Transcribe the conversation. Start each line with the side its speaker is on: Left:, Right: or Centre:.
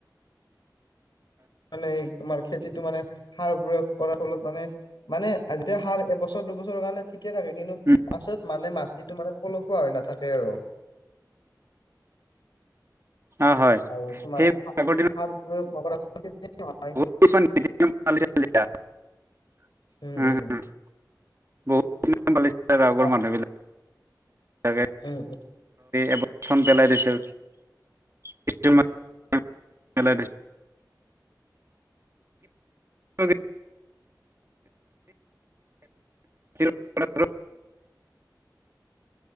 Left: মানে তোমাৰ খেতিটো মানে সাৰ প্ৰয়োগ কৰাৰ ফলত মানে মানে আজি সাৰ এবছৰ দুবছৰৰ কাৰণে ঠিকে থাকে কিন্তু
Right: উম,
Left: পাছত মানে মাটিটো মানে পলসুৱা হৈ নাথাকে আৰু।
Right: অ', হয়
Left: আৰু তোমাৰ
Right: সেই
Left: সাৰ
Right: আগৰ দিনত
Left: প্ৰয়োগ নকৰাকে খেতি নহয়।
Right: বহুত উম উম বহুত।
Left: উম উম
Right: <unintelligible> <unintelligible>
Left: তোমাৰ
Right: তাকে।
Left: উম
Right: এব চন পেলাই দিছিল, কিছুমানেলাই দিছিল। <unintelligible> <unintelligible> <unintelligible>